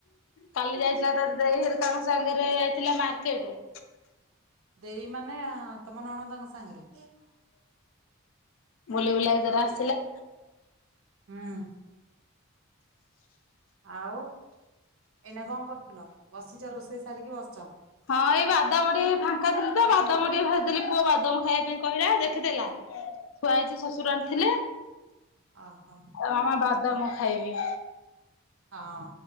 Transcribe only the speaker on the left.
କାଲି ଯାଇଥିଲା ତା ଦେଈ ହେରିକା ଙ୍କ ସାଙ୍ଗରେ ଯାଇଥିଲା ମାର୍କେଟେ
ବୁଲି ବୁଲାକି ତାର ଆସିଲା।
ହଁ ଏଇ ବାଦାମ ଟିକେ ଫାଙ୍କା ଥିଲି ତ ବାଦାମ ଟିକେ ଭାଜିଦେଲି, ପୁଅ ବାଦାମ ଖାଇବା ପାଇଁ କହିଲା ଦେଖିଦେଲା। ଥୁଆ ହେଇଚି ଶଶୁର ଆଣିଥିଲେ।
ମାମା ବାଦାମ ଖାଇବି।